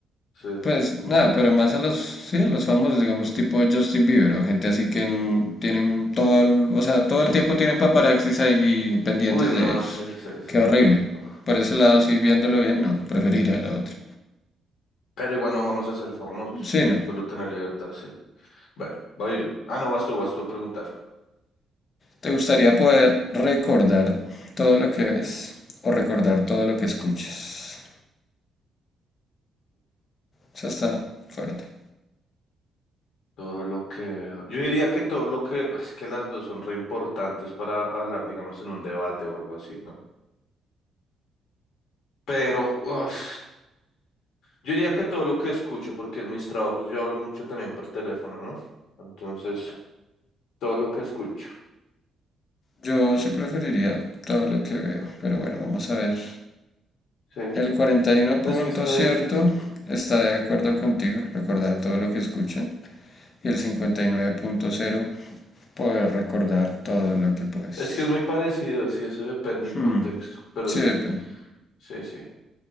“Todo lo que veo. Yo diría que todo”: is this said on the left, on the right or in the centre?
Left